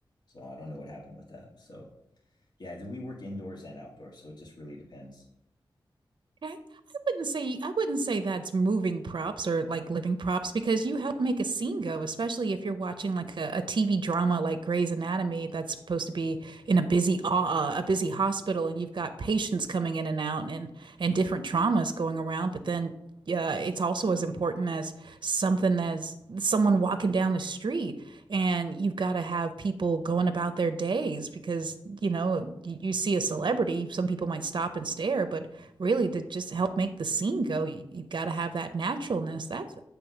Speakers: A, on the left; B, on the right.
A: So I don't know what happened with that. So yeah, we work indoors and outdoors, so it just really depends.
B: Okay. I wouldn't say I wouldn't say that's moving props or like living props because you help make a scene go, especially if you're watching like a, TV drama like Grey's Anatomy that's supposed to be in a busy uh, a busy hospital and you've got patients coming in and out and and different traumas going around, but then yeah, it's also as important as something as someone walking down the street. And you've got to have people going about their days because, you know, you, you see a celebrity, some people might stop and stare, but really to just help make the scene go, you, you've got to have that naturalness. That's,